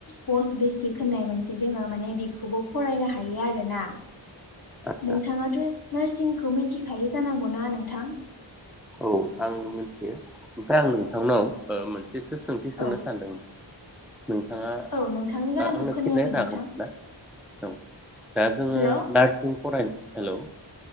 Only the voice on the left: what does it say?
पस्ट बेसिक होननाय मोनसे दोङो माने बेखौबो फरायनो हायो आरो ना।
नोंथाङाथ' नार्सिंखौ मिथिखायो जानांगौना नोंथां?
औ
औ नोंथांनि
गारांखौ
खोनायाखै
नोंथां
हेलौ